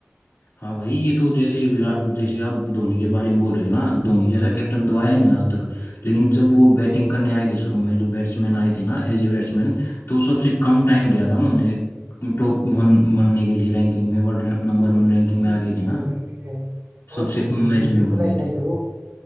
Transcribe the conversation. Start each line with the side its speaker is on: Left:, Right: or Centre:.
Left: हाँ भाई ये तो जैसे विराट जैसे आप धोनी के बारे में बोल रहे हो ना धोनी जैसा कैप्टन तो आया ही नहीं आज तक लेकिन जब वो बैटिंग करने आए थे शुरू में जो बैट्समैन आए थे ना एज ए बैट्समैन तो सबसे कम टाइम लिया
Right: हम्म,
Left: था उन्होंने टॉप वन बनने के लिए रैंकिंग में वर्ल्ड नंबर वन रैंकिंग में
Right: वही
Left: आ गए
Right: चीज
Left: थे ना
Right: है वही चीज है और
Left: सबसे कम
Right: मेन
Left: मैच में
Right: चीज
Left: बन
Right: पता
Left: गए
Right: है क्या है?
Left: थे
Right: जब वो